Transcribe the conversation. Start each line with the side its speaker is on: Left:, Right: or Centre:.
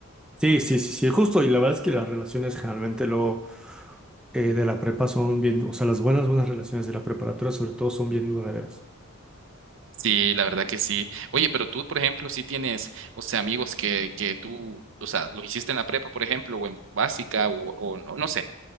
Centre: Sí, sí, sí, sí, justo. Y la verdad es que las relaciones generalmente luego eh, de la prepa son bien, o sea, las buenas, buenas relaciones de la preparatoria sobre todo son bien duraderas.
Right: Sí, la verdad que sí. Oye, pero tú, por ejemplo, sí tienes, o sea, amigos que, que tú, o sea, lo hiciste en la prepa, por ejemplo, o en básica, o, o no, no sé,